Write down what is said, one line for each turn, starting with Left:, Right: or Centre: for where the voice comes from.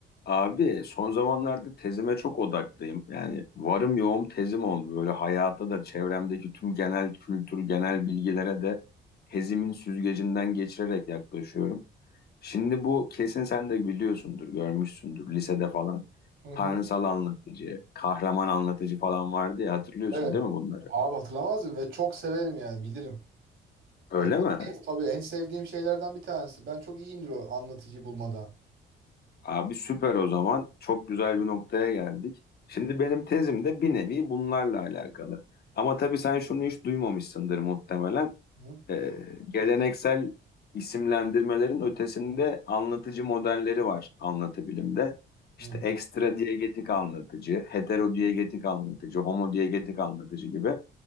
Left: Abi son zamanlarda tezime çok odaklıyım. Yani varım yoğum tezim oldu. Böyle hayata da çevremdeki tüm genel kültür, genel bilgilere de tezimin süzgecinden geçirerek yaklaşıyorum. Şimdi bu kesin sen de biliyorsundur, görmüşsündür lisede falan.
Right: Hı hı.
Left: Tanrısal anlatıcı, kahraman anlatıcı falan vardı ya hatırlıyorsun
Right: Evet.
Left: değil mi bunları?
Right: Abi hatırlamaz mı? Ve çok severim yani bilirim.
Left: Öyle
Right: Ya,
Left: mi?
Right: en, tabii en sevdiğim şeylerden bir tanesi. Ben çok iyiyimdir o anlatıcı bulmada.
Left: Abi süper o zaman. Çok güzel bir noktaya geldik. Şimdi benim tezim de bir nevi bunlarla alakalı. Ama tabii sen şunu hiç duymamışsındır muhtemelen.
Right: Hı
Left: Ee, geleneksel isimlendirmelerin ötesinde anlatıcı modelleri var anlatı bilimde. İşte
Right: hı.
Left: ekstra diyegetik anlatıcı, hetero diyegetik anlatıcı, homo diyegetik anlatıcı gibi.